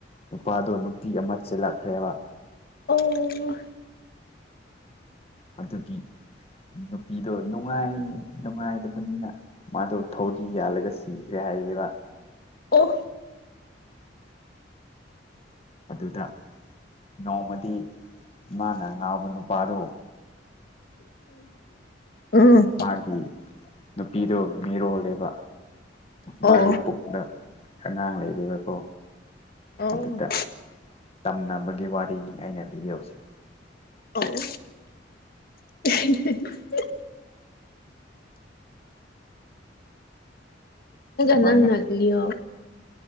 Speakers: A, on the left; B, on the left.
A: ꯅꯨꯄꯥꯗꯣ ꯅꯨꯄꯤ ꯑꯃ ꯆꯦꯜꯂꯛꯈ꯭ꯔꯦꯕ
B: ꯑꯣ
A: ꯑꯗꯨꯒꯤ ꯅꯨꯄꯤꯗꯣ ꯅꯨꯡꯉꯥꯏ ꯅꯨꯡꯉꯥꯏꯗꯕꯅꯤꯅ ꯃꯥꯗꯣ ꯊꯧꯗꯤ ꯌꯥꯜꯂꯒ ꯁꯤꯈ꯭ꯔꯦ ꯍꯥꯏꯌꯦꯕ
B: ꯑꯣ
A: ꯑꯗꯨꯗ ꯅꯣꯡꯃꯗꯤ ꯃꯥꯅ ꯉꯥꯎꯕ ꯅꯨꯄꯥꯗꯣ
B: ꯎꯝ
A: ꯃꯥꯒꯤ ꯅꯨꯄꯤꯗꯣ ꯃꯤꯔꯣꯜꯂꯦꯕ
B: ꯑꯣ
A: ꯃꯥꯒꯤ ꯄꯨꯛꯇ ꯑꯉꯥꯡ ꯂꯩꯔꯦꯕꯀꯣ
B: ꯑꯣ
A: ꯑꯗꯨꯗ ꯇꯝꯅꯕꯒꯤ ꯋꯥꯔꯤꯅꯤ ꯑꯩꯅ ꯂꯤꯁꯩ
B: ꯑꯣ <unintelligible>
A: ꯁꯨꯃꯥꯏꯅ
B: ꯅꯪꯅ ꯂꯤꯌꯣ